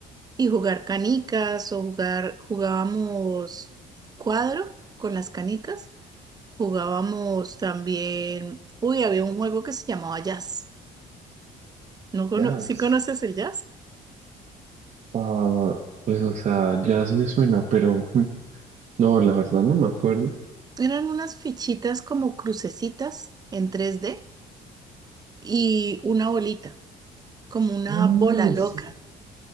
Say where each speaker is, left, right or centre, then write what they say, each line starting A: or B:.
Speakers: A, on the right; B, on the right.
A: y jugar canicas o jugar, jugábamos cuadro con las canicas, jugábamos también, uy, había un juego que se llamaba jazz ¿No cono
B: jazz.
A: ¿Sí conoces el jazz?
B: Ah, pues, o sea, jazz me suena, pero mm, no, la verdad no me acuerdo.
A: Eran unas fichitas como crucecitas en 3D y una bolita, como una
B: Ah,
A: bola loca.
B: sí.